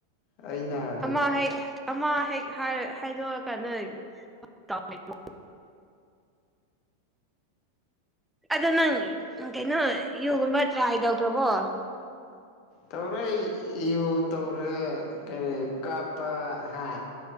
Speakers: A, on the left; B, in the centre.
A: ꯑꯩꯅꯥ
B: ꯑꯃ ꯍꯦꯛ ꯑꯃ ꯍꯦꯛ ꯍꯥꯏ ꯍꯥꯏꯗꯣꯛꯑꯀꯥꯟꯗ <unintelligible> ꯑꯗꯨ ꯅꯪ ꯀꯩꯅꯣ ꯌꯨꯒꯨꯝꯕ ꯇ꯭ꯔꯥꯏ ꯇꯧꯈ꯭ꯔꯕꯣ
A: ꯇꯧꯔꯦ ꯑꯩ ꯌꯨ ꯇꯧꯔꯦ ꯀꯔꯤ ꯀꯥꯞꯄ ꯍꯥ